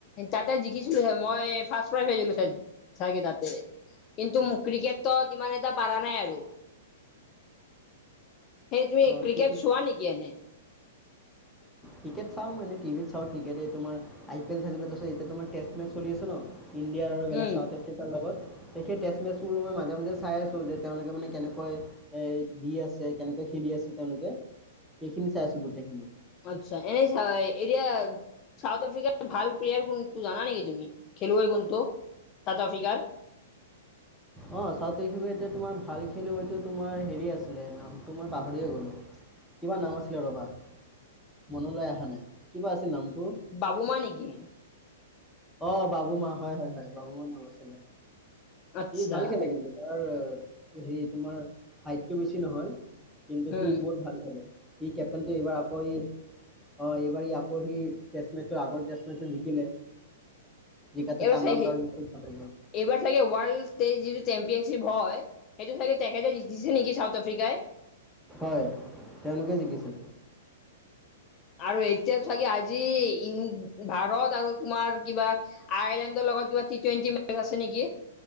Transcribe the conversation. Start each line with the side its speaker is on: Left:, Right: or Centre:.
Left: তাতে জিকিছিলোঁ আৰু মই ফাৰ্ষ্ট প্ৰাইজ পাইছিলোঁ চাগে তাতে। কিন্তু, মোক ক্ৰিকেটত ইমান এটা পাৰা নাই আৰু সেইটোৱে
Centre: অঁ
Left: ক্ৰিকেট চোৱা নেকি এনে?
Centre: ক্ৰিকেট চাওঁ মই এনে টিভিত চাওঁ ক্ৰিকেট তোমাৰ আই পি এ চাইছিলোঁ তাৰপিছত এতিয়া তোমাৰ টেষ্ট মেচ চলি আছে ন ইণ্ডিয়াৰ আৰু বেলেগ
Left: উম
Centre: চাউথ আফ্ৰিকাৰ লগত। সেই টেষ্ট মেচ মোৰো মই মাজে মাজে চাই আছো যে তেওঁলোকে মানে কেনেকৈ এ দি আছে কেনেকৈ খেলি আছে তেওঁলোকে খিনি চাই আছোঁ গোটেইখিনিয়ে।
Left: আচ্ছা এই চাহ এতিয়া চাউথ আফ্ৰিকাৰ ভাল প্লেয়াৰ কোনটো জানা নেকি তুমি? খেলুৱাই কোনটো চাউথ আফ্ৰিকাৰ।
Centre: অঁ চাউথ আফ্ৰিকাৰ তোমাৰ ভাল খেলোৱাইটো তোমাৰ হেৰি তোমাৰ হেৰি আছিলে নামটো মই পাহৰিয়ে গলোঁ। কিবা নাম আছিলে ৰবা মনলৈ অহা নাই কিবা আছিল নামটো।
Left: বাবু মা নেকি?
Centre: অ' বাবু মা হয়, হয়, হয় বাবু মা নাম আছিলে
Left: আচ্ছা
Centre: সি ভাল খেলে কিন্তু। তাৰ হেৰি তোমাৰ হাইটটো বেছি নহয়। কিন্তু
Left: উম
Centre: সি বহুত ভাল খেলে‌। ই কেপ্টনটো এইবাৰ আকৌ ই অ' এইবাৰ আকৌ সি টেচমেচত আগৰ টেচমেচত জিকিলে। যিকাতে
Left: এইবাৰ
Centre: তাৰ
Left: চাই
Centre: নামটা বেছি ওচৰে।
Left: এইবাৰ চাগে ৱৰ্ল্ড টে যিটো চেম্পিয়নশ্বিপ হয়, সেইটো চাগে তেহেতে জিকিছে নেকি চাউথ আফ্ৰ বিগাই
Centre: হয়, তেওঁলোকে জিকিছিল।
Left: আৰু এতিয়া চাগে আজি ই ভাৰত আৰু তোমাৰ আইলেণ্ডৰ লগত কিবা টি টুৱেণ্টি মেচ আছে নেকি